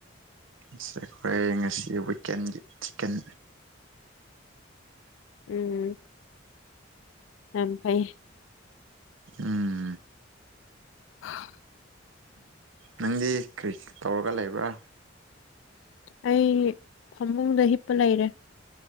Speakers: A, on the right; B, on the left.
A: ꯑꯁꯤ ꯑꯩꯈꯣꯏ ꯉꯁꯤ ꯋꯤꯛꯀꯦꯟꯒꯤ ꯆꯤꯀꯟ
B: ꯎꯝ ꯌꯥꯝ ꯐꯩ
A: ꯎꯝ
B: <unintelligible>
A: ꯅꯪꯗꯤ ꯀ꯭ꯔꯤ ꯇꯧꯔꯒ ꯂꯩꯕ꯭ꯔꯥ
B: ꯑꯩ ꯐꯃꯨꯡꯗ ꯍꯤꯞꯄ ꯂꯩꯔꯦ